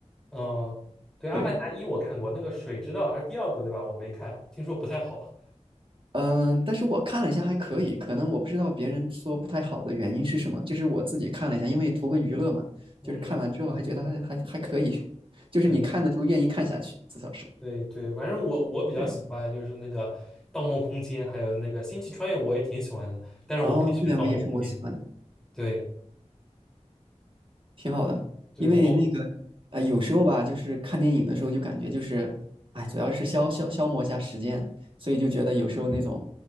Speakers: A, in the centre; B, on the right (about 45°).
A: 哦，对，
B: 对，
A: 《阿凡达一》我看过，那个水之道还是第二部对吧？我没看，听说不太好。
B: 嗯、但是我看了一下还可以，可能我不知道别人说不太好的原因是什么，就是我自己看了一下，因为图个娱乐嘛，
A: 嗯，
B: 就是看完之后还觉得还还还可以，
A: 嗯
B: <laughs> 就是你看的时候愿意看下去，
A: 对
B: 至少是，
A: 对对，反正我我比较喜欢就是那个《盗梦空间》，
B: 对，
A: 还有那个《星际穿越》，我也挺喜欢的。但是我更喜欢《盗梦空间》。
B: 哦，这两个也是我喜欢的。
A: 对
B: 挺好的，
A: 对，
B: 因为那个
A: 我
B: 啊、有时候吧，就是看电影的时候就感觉就是，哎，主要是消消消磨一下时间，所以就觉得有时候那种